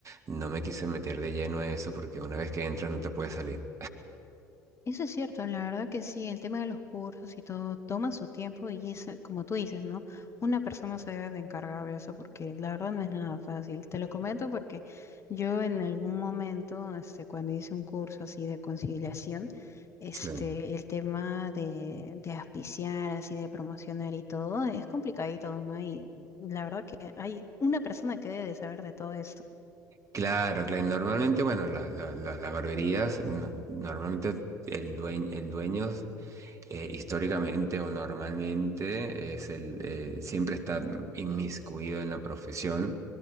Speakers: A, on the right; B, on the left.
A: no me quise meter de lleno a eso porque una vez que entras no te puedes salir.
B: Eso es cierto, la verdad que sí, el tema de los cursos y todo toma su tiempo y es, eh, como tú dices, ¿no? Una persona se debe de encargar de eso porque la verdad no es nada fácil. Te lo comento porque yo en algún momento, este, cuando hice un curso así de conciliación, este,
A: Sí.
B: el tema de, de auspiciar, así de promocionar y todo, es complicadito, ¿no? Y la verdad que hay una persona que debe de saber de todo esto.
A: Claro, claro. Normalmente, bueno, la- la- la- las barberías, n- normalmente el dueño, el dueño eh, históricamente o normalmente es el, eh, siempre está inmiscuido en la profesión,